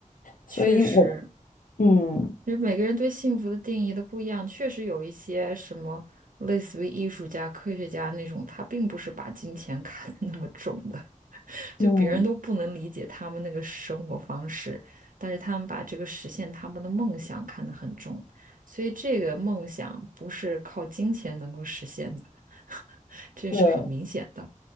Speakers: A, on the left; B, on the right.
A: 所以我，
B: 确实，
A: 嗯
B: 因为每个人对幸福的定义都不一样，确实有一些什么类似于艺术家、科学家那种，他并不是把金钱 <laughs> 看得那么重的。就别人都不能理解他们那个生活方式，
A: 嗯，
B: 但是他们把这个实现他们的梦想看得很重，所以这个梦想不是靠金钱能够实现的，<laughs> 这是很明显的。
A: 对，